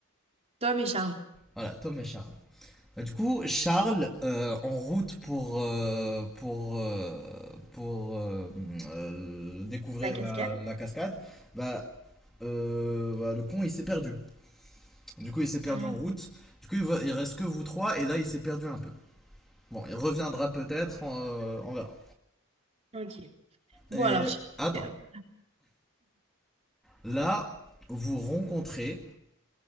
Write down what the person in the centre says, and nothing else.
Voilà, Tom et Charles. Bah, du coup, Charles, euh, en route pour, euh, pour, euh, pour euh, euh, découvrir
la, la cascade, bah, euh, bah, le con, il s'est perdu. Du coup, il s'est perdu
en route. Du coup, il va- il reste que vous trois, et là, il s'est perdu un peu. Bon, il reviendra peut-être, on, euh, on verra.
Et
attends,
là, vous rencontrez